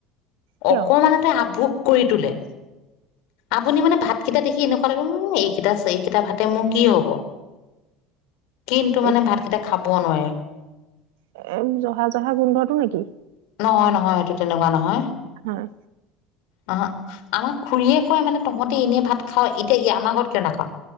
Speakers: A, on the right; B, on the left.
A: কিয়
B: অকমানতে আভুক কৰি তোলে। আপুনি মানে ভাতকেইটা দেখি এনেকুৱা লাগে, উম এক কেইটা ছেকেইটা ভাত মোৰ কি হ'ব কিন্তু মানে
A: অ
B: ভাতকেইটা খাব নোৱাৰে।
A: এ জহা - জহা গোন্ধটো নেকি?
B: নহয় - নহয় এইটো। তেনেকুৱা নহয়।
A: হয়
B: আহ, আমাক খুৰীয়ে কয় মানে তহত এনে ভাত খাও এতিয়া আমাৰ ঘৰত কিয় নাখাও